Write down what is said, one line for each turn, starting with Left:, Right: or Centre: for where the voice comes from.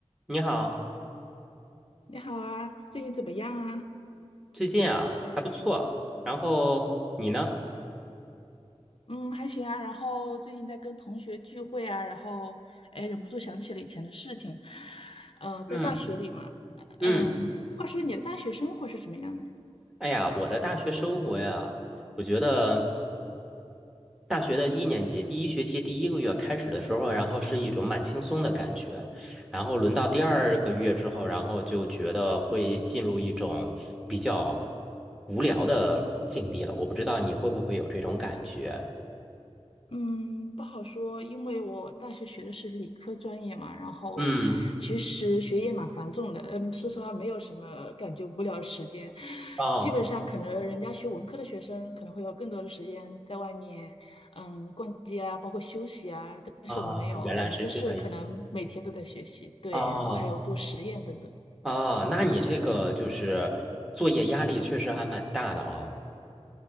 Centre: 你好，
Left: 你好啊，最近怎么样啊？
Centre: 最近啊还不错，然后你呢？
Left: 嗯，还行啊。然后最近在跟同学聚会啊，然后哎，忍不住想起了以前的事情。嗯、
Centre: 嗯
Left: 在大学里嘛，
Centre: 嗯，
Left: 嗯，话说你的大学生活是什么样的？
Centre: 哎呀，我的大学生活呀，我觉得大学的一年级第一学期第一个月开始的时候，然后是一种蛮轻松的感觉，然后轮到第二个月之后，然后就觉得会进入一种比较无聊的境地了。我不知道你会不会有这种感觉？
Left: 嗯，不好说，因为我大学学的是理科专业嘛，然后其实学业蛮繁重的，
Centre: 嗯，
Left: 嗯，说实话没有什么感觉无聊的时间，
Centre: 哦
Left: 基本上可能人家学文科的学生可能会有更多的时间在外面，嗯，逛街啊，包括休息啊，但是我们没有，
Centre: 啊，原来是这样。
Left: 我们就是可能每天都在学习，对，
Centre: 哦
Left: 然后还有做实验等等，
Centre: 啊，那你这个就是作业压力确实还蛮大的啊。